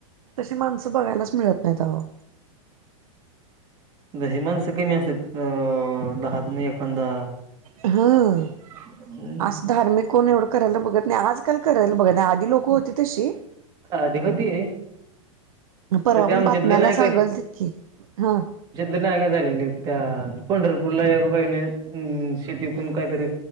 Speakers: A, on the right; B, on the right.
A: तशी माणसं बघायलाच मिळत नाहीत आओ.
B: हे माणसं कमी असतात अ दहात न एखादा.
A: हा.
B: नाही
A: असं धार्मिक कोण एवढं करायला बघत नाही, आज काल करायला बघत नाही, आधी लोकं होती तशी.
B: आधी होती.
A: अन परवा
B: आता ते
A: पण
B: आमच्यातलं
A: बातम्यांना
B: नाही
A: सांगलति की, हा.
B: नाय का झालेले, त्या पंढरपूरला एका बाईने हम्म, शेती ऐकून काय तरी